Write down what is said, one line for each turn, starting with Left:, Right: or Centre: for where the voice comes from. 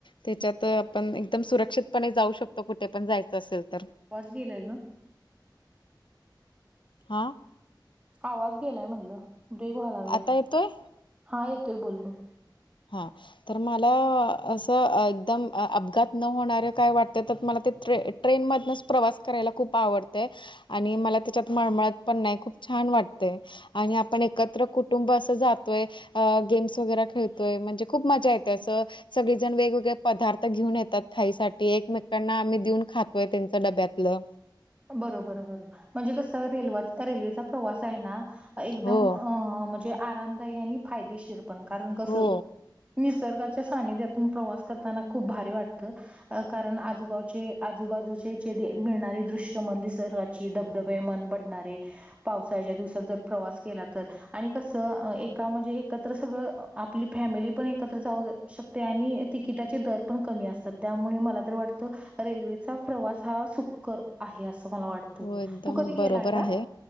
Left: त्याच्यात आपण एकदम सुरक्षितपणे जाऊ शकतो कुठे पण जायचं असेल तर.
Right: वास गेलाय ग.
Left: हा.
Right: आवाज गेलाय म्हटलं ब्रेक व्हाय लागलाय
Left: आता येतोय
Right: हा येतोय बोल बोल.
Left: हा. तर मला असं एकदम अपघात न होणारे काय वाटते तर मला ते ट्रेन ट्रेनमधूनच प्रवास करायला खूप आवडते. आणि मला त्याच्यात मळमळत पण नाही खूप छान वाटते. आणि आपण एकत्र कुटुंब असं जातोय गेम्स वगैरे खेळतो. तोय म्हणजे खूप मज्जा येते असं. सगळे जण वेगवेगळे पदार्थ घेऊन येतात खाईसाठी एकमेकांना आम्ही देऊन खातोय त्यांचं डब्यातलं.
Right: बरोबर बरोबर म्हणजे कसं रे रेल्वेचा प्रवास आहे ना एकदम
Left: हो.
Right: अ म्हणजे आरामदायी आणि फायदेशीर पण कारण कसं?
Left: हो
Right: निसर्गाच्या सानिध्यातून प्रवास करताना खूप भारी वाटतं. अ कारण आजूबाचे आजूबाजूचे जे मिळणारी दृश्य मन निसर्गाची धबधबे मन भरणारे पावसाच्या दिवसात जर प्रवास केला तर. आणि कसं एका म्हणजे एकत्र सगळं आपल फॅमिली पण एकत्र जाऊ शकते आणि तिकिटाचे दर पण कमी असतात त्यामुळे मला तर वाटतं रेल्वेचा प्रवास हा सुकर आहे असं मला वाटतं
Left: हो एकदम
Right: तू कधी गेलाय
Left: बरोबर
Right: का?
Left: आहे